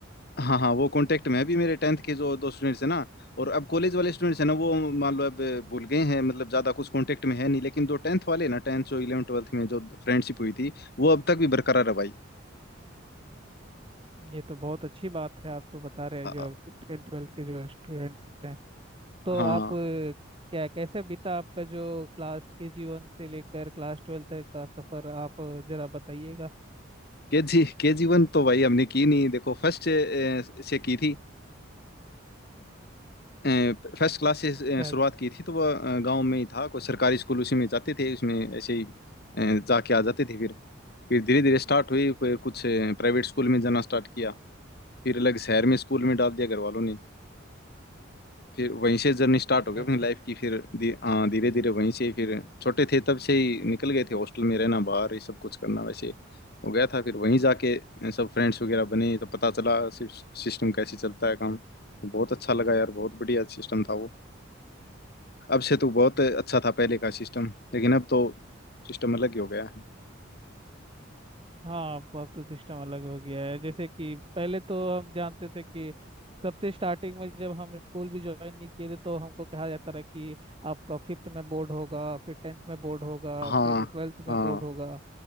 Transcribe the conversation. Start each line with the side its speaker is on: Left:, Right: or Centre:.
Left: हाँ हाँ वो कांटेक्ट में है। अभी मेरे टेंथ के जो दो स्टूडेंट्स हैं ना और अब कॉलेज वाले स्टूडेंट्स हैं ना वो मान लो अब भूल गए हैं मतलब ज़्यादा कुछ कांटेक्ट में है नहीं लेकिन जो टेंथ वाले हैं ना टेंथ जो इलेवन ट्वेल्थ में जो फ्रेंडशिप हुई थी वो अब तक भी बरकरार है भाई
Right: ये तो बहुत अच्छी बात है आप तो बता रहे हैं
Left: आ, आ,
Right: जो टेंथ ट्वेल्थ के जो स्टूडेंट्स हैं तो
Left: हाँ
Right: आप अ, क्या कैसे बीता आपका जो क्लास के जीवन से लेकर क्लास ट्वेल्थ तक का सफर आप अ, जरा बताइएगा
Left: के जी के जी वन तो भाई हमने की नहीं देखो फर्स्ट से की थी फर्स्ट क्लास से
Right: अच्छा
Left: अ, शुरुआत
Right: अच्छा
Left: की थी तो वो गांव में ही था कोई सरकारी स्कूल उसी में जाते थे उसमें ऐसे ही अ, जाके आ जाते थे फिर फिर धीरे धीरे स्टार्ट हुई फिर कुछ प्राइवेट स्कूल में जाना स्टार्ट किया फिर अलग शहर में स्कूल में डाल दिया घर वालों ने फिर वहीं से जर्नी स्टार्ट
Right: अच्छा
Left: हो गई
Right: अच्छा
Left: अपनी लाइफ की फिर धी, हाँ धीरे धीरे वहीं से फिर छोटे थे तब से ही निकल गए थे हॉस्टल में रहना बाहर ये सब कुछ करना वैसे हो गया था फिर वहीं जाके सब फ्रेंड्स वगैरह बने तो पता चला सिस्टम कैसे चलता है काम तो बहुत अच्छा लगा यार बहुत बढ़िया सिस्टम था वो अब से तो बहुत अच्छा था पहले का सिस्टम लेकिन अब तो सिस्टम अलग ही हो गया है
Right: हाँ अब अब तो सिस्टम अलग हो गया है जैसे कि पहले तो हम जानते थे कि सबसे स्टार्टिंग में जब हम स्कूल भी ज्वाइन नहीं किए थे तो हमको कहा जाता रहा कि आपका फिफ्थ में बोर्ड होगा फिर टेंथ में बोर्ड होगा
Left: हाँ
Right: फिर ट्वेल्थ
Left: हाँ
Right: में बोर्ड होगा